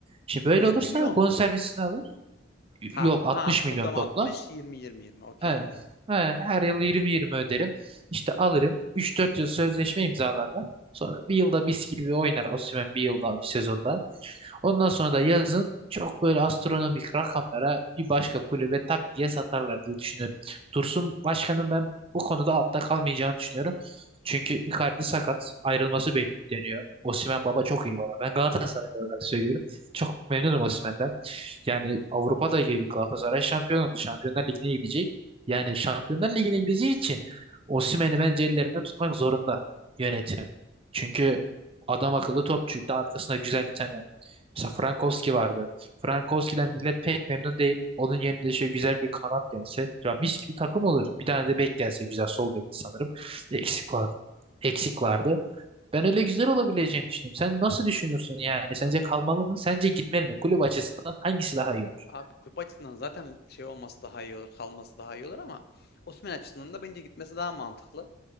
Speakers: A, on the right; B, on the left.
A: Şimdi böyle
B: 100
A: olursa
B: milyon
A: bonservisini
B: mu?
A: alır. Y-
B: Ha
A: Yok 60
B: ha
A: milyon
B: toplam
A: toplam.
B: 60 20 20 20. Okey.
A: He,
B: anladım.
A: he, her yıl yirmi yirmi öderim. İşte alırım. üç dört yıl sözleşme imzalarlar. Sonra bir yılda mis gibi oynar Osimhen bir yılda bir sezonda. Ondan sonra da yazın çok böyle astronomik rakamlara bir başka kulübe tak diye satarlar diye düşünüyorum. Dursun Başkan'ın ben bu konuda altta kalmayacağını düşünüyorum. Çünkü Icardi sakat, ayrılması bekleniyor. Osimhen baba çok iyi baba. Ben Galatasaray olarak söylüyorum. Çok memnunum Osimhen'den. Yani Avrupa'da geliyor Galatasaray şampiyon oldu. Şampiyonlar Ligi'ne gidecek. Yani Şampiyonlar Ligi'ne gideceği için Osimhen'i bence ellerinde tutmak zorunda yönetim. Çünkü adam akıllı topçu. Bir de arkasında güzel bir tane. Mesela Frankowski vardı. Frankowski'den millet pek memnun değil. Onun yerine de şöyle güzel bir kanat gelse. Ya mis gibi takım olur. Bir tane de bek gelse güzel. Sol bekti sanırım. Eksik var. Eksik vardı. Ben öyle güzel olabileceğini düşünüyorum. Sen nasıl düşünürsün yani? Sence
B: Abi,
A: kalmalı mı? Sence gitmeli mi? Kulüp açısından hangisi daha iyi olur?
B: abi kulüp açısından zaten şey olması daha iyi olur, kalması daha iyi olur ama Osimhen açısından da bence gitmesi daha mantıklı.